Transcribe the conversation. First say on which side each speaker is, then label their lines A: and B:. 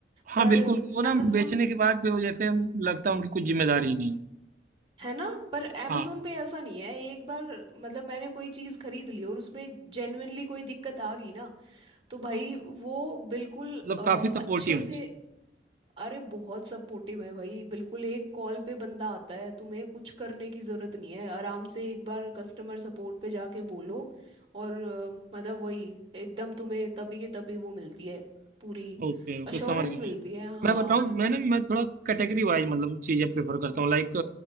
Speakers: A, on the right; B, on the right.
A: हाँ
B: पर
A: बिल्कुल वो ना
B: amazon
A: बेचने के बाद भी वो जैसे लगता है उनकी कुछ जिम्मेदारी ही नहीं है
B: है ना पर amazon
A: हाँ
B: पे ऐसा नहीं है एक बार मतलब मैंने कोई चीज़ खरीद ली और उसमें जेन्युइनली कोई दिक्कत आ गई ना तो भाई वो बिल्कुल
A: मतलब
B: अ,
A: काफी सपोर्टिव
B: अच्छे
A: है
B: से अरे बहुत सपोर्टिव है भाई बिल्कुल एक कॉल पे बंदा आता है तुम्हें कुछ करने की ज़रूरत नहीं है आराम से एक बार कस्टमर सपोर्ट पे जाके बोलो और अ, मतलब वही एकदम तुम्हें तभी के तभी वो मिलती है पूरी
A: Okay okay
B: अश्योरेंस
A: समझ गया
B: मिलती
A: मैं
B: है हाँ
A: मैं बताऊँ मैं ना मैं थोड़ा कैटेगरी वाइज मतलब चीजें प्रेफर करता हूँ लाइक